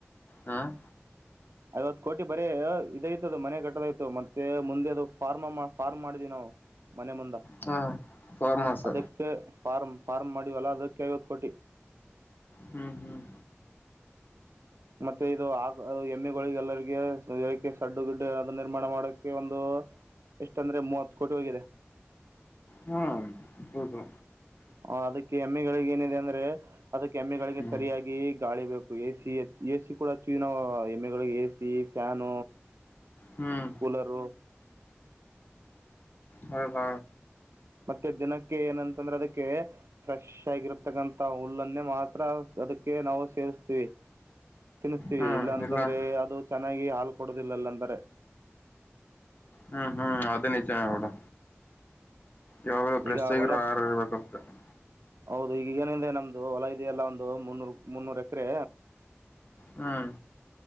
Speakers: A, on the left; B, on the right.
A: ಹ್ಮ್
B: ಐವತ್ ಕೋಟಿ ಬರೀ ಇದೈತ ಅದು ಮನೆ ಕಟ್ಟದಯ್ತತ್ತು ಮತ್ತೆ ಮುಂದೆ ಅದು ಫಾರ್ಮ ಫಾರ್ಮ್ ಮಾಡಿದೀವಿ ನಾವು. ಮನೆ ಮುಂದೆ
A: ಹಾ ಫಾಮ್ ಹೌಸ್.
B: ಅದಕ್ಕೆ ಫಾರ್ಮ್ ಫಾರ್ಮ್ ಮಾಡಿವವಲ್ಲ ಅದಕ್ಕೆ ಐವತ್ತು ಕೋಟಿ.
A: ಹ್ಮ್ ಹ್ಮ್
B: ಮತ್ತೆ ಇದು ಆ ಎಮ್ಮೆಗಳಿಗೆ ಎಲ್ಲರಿಗೆ ಏಕ್ಕೆ ಸಡ್ಡು ಗಿಡ್ಡೆ ಅದು ನಿರ್ಮಾಣ ಮಾಡೋಕ್ಕೆ ಒಂದು ಎಷ್ಟ ಅಂದ್ರೆ ಮೂವತ್ತು ಕೋಟಿ ಹೋಗಿದೆ.
A: ಹ್ಮ್ ಹೌದು
B: ಹ ಅದಕ್ಕೆ ಎಮ್ಮೆಗಳಿಗೆ ಏನಿದೆ ಅಂದ್ರೆ ಅದಕ್ಕೆ ಎಮ್ಮೆಗಳಿಗೆ
A: ಹ್ಮ್
B: ಸರಿಯಾಗಿ ಗಾಳಿ ಬೇಕು ಎ ಸಿ ಎಸ ಕೂಡ ಹಚ್ಚುವಿನಾವು ಎಮ್ಮೆಗಳಿಗೆ ಎಸಿ ಫ್ಯಾಾನ.
A: ಹ್ಮ್
B: ಕೂಲರು.
A: ಹ ಹಾ.
B: ಮತ್ತೆ ದಿನಕ್ಕೆ ಏನಂತಂದ್ರೆ ಅದಕ್ಕೆ ಫ್ರೆಶ್ ಆಗಿರತಕ್ಕಂಥ ಹುಲ್ಲನ್ನೇ ಮಾತ್ರ ಅದಕ್ಕೆ ನಾವು ಸೇರಿಸ್ತೀವಿ ತಿನ್ನಿಸ್ತೀವಿ
A: ಹ್ಮ್
B: ಇಲ್ಲಾಂತಂದ್ರೆ
A: ಇಲ್ಲ
B: ಅದು ಚೆನ್ನಾಗಿ ಹಾಲು ಕೊಡೋುದಿಲ್ಲಲ್ಲ ಅಂದಾರೆ.
A: ಹ್ಮ್ ಹ್ಮ್ ಅದ ನೀಜನೆ ಬೀಡು. ಯಾವಾಗಲ ಪ್ರೆಸ್ತಗರು
B: ಈಗ ಹೊಲ
A: ಆರ ಇರ್ಬೇಕಾಗ್ತದೆ
B: ಹೌದು ಈಗ ಏನಿದೆ ನಮ್ದು ಹೊಲ ಇದೆಯಲ್ಲ ಒಂದು ಮುನ್ನೂರ್ ಮುನ್ನೂರ್ ಎಕರೆ.
A: ಹ್ಮ್